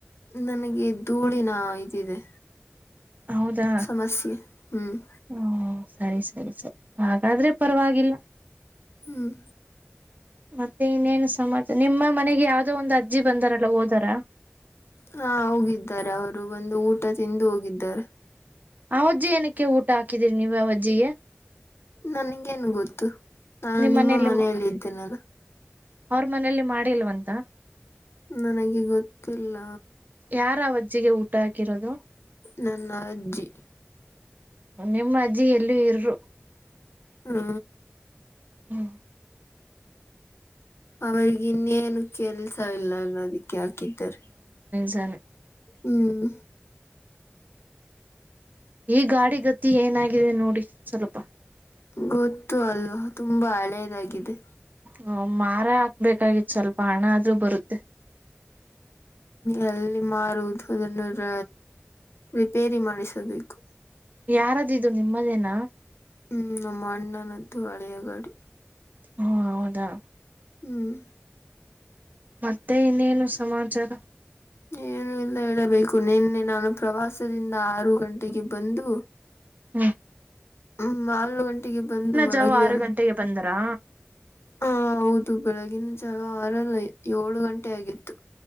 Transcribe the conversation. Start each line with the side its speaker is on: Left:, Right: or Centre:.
Left: ನನಗೆ ಧೂಳಿನ ಇದಿದೆ.
Right: ಹೌದಾ
Left: ಸಮಸ್ಯೆ ಹ್ಮ್
Right: ಹ್ಮ ಸರಿ ಸರಿ ಸರಿ ಹಾಗಾದ್ರೆ ಪರವಾಗಿಲ್ಲ
Left: ಹ್ಮ್
Right: ಮತ್ತೆ ಇನ್ನೇನ್ ಸ ಮತ್ ನಿಮ್ಮ ಮನೆಗೆ ಯಾವ್ದೋ ಒಂದು ಅಜ್ಜಿ ಬಂದಾರಲ್ಲ ಹೋದಾರ
Left: ಹಾ ಹೋಗಿದ್ದಾರೆ ಅವರು ಬಂದು ಊಟ ತಿಂದು ಹೋಗಿದ್ದಾರೆ.
Right: ಆ ಅವಜ್ಜಿ ಏನಕ್ಕೆ ಊಟ ಹಾಕಿದೀರಿ ನೀವು ಅವಜ್ಜಿಗೆ.
Left: ನನ್ಗೇನ್ ಗೊತ್ತು ನಾನು
Right: ನಿಮ್
Left: ನಿಮ್ಮ
Right: ಮನೇಲಿ
Left: ಮನೆಯಲ್ಲಿ ಇದ್ದೇನಲ್ಲ.
Right: ಅವ್ರ ಮನೇಲಿ ಮಾಡಿಲ್ವಂತ.
Left: ನನಗೆ ಗೊತ್ತಿಲ್ಲ
Right: ಯಾರ ವಜ್ಜಿಗೆ ಊಟ ಹಾಕಿರೋದು.
Left: ನನ್ನ ಅಜ್ಜಿ
Right: ನಿಮ್ಮ ಅಜ್ಜಿ ಎಲ್ಲೂ ಇರರು
Left: ಹಾ
Right: ಹ್ಮ್
Left: ಅವರಿಗ ಇನ್ನೇನು ಕೆಲ್ಸ ಇಲ್ಲಲ್ಲ ಅದಕ್ಕೆ ಹಾಕಿದ್ದರು.
Right: <unintelligible>
Left: ಹ್ಮ್
Right: ಈ ಗಾಡಿ ಗತ್ತಿ ಏನಾಗಿದೆ ನೋಡಿ ಸ್ವಲ್ಪ.
Left: ಗೊತ್ತು ಅಲ್ವಾ ತುಂಬಾ ಹಳೇದಾಗಿದೆ.
Right: ಹ್ಮ ಮಾರ ಹಾಕ್ಬೇಕಾಗಿತ್ತು ಸ್ವಲ್ಪ ಹಣ ಆದ್ರೂ ಬರುತ್ತೆ.
Left: ಎಲ್ಲಿ ಮಾರುವುದು ಅದನ್ನು ರ ರಿಪೇರಿ ಮಾಡಿಸಬೇಕು
Right: ಯಾರದು ನಿಮ್ಮದೇನ
Left: ಹ್ಮ್ ನಮ್ಮ ಅಣ್ಣನದ್ದು ಹಳೆಯ ಗಾಡಿ
Right: ಹಾ ಹೌದಾ
Left: ಹ್ಮ್
Right: ಮತ್ತೆ ಇನ್ನೇನು ಸಮಾಚಾರ
Left: ಏನುಲ್ಲ ಹೇಳಬೇಕು ನಿನ್ನೆ ನಾನು ಪ್ರವಾಸದಿಂದ ಆರು ಗಂಟೆಗೆ ಬಂದು
Right: ಹ್ಮ
Left: ಹ್ಮ ಗಂಟೆಗೆ ಬಂದು ಮಲಗಿದ
Right: ಜಾವ ಆರು ಗಂಟೆಗೆ ಬಂದರಾ
Left: ಹ ಹೌದು ಬೆಳಗ ವಾರಲ್ಲ ಏಳು ಗಂಟೆ ಆಗಿತ್ತು